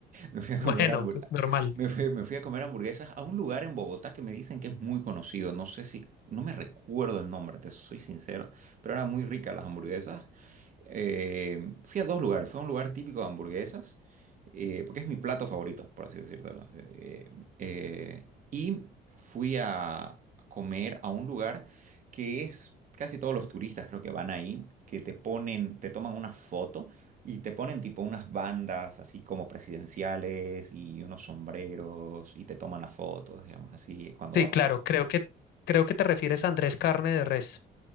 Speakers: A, on the right (about 50°); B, on the left (about 70°).
A: Me fui a
B: <laughs>
A: comer
B: Bueno,
A: hamburguesas.
B: es normal.
A: Me fui, me fui a comer hamburguesas a un lugar en Bogotá que me dicen que es muy conocido. No sé si, no me recuerdo el nombre, te soy sincero, pero eran muy ricas las hamburguesas. Eh, fui a dos lugares. Fue a un lugar típico de hamburguesas, eh, porque es mi plato favorito, por así decírtelo. Eh, eh, y fui a comer a un lugar que es casi todos los turistas creo que van ahí, que te ponen, te toman una foto y te ponen tipo unas bandas así como presidenciales y unos sombreros y te toman las fotos, digamos así, cuando
B: Sí,
A: vas
B: claro,
A: al restaurante.
B: creo que, creo que te refieres a Andrés Carne de Res.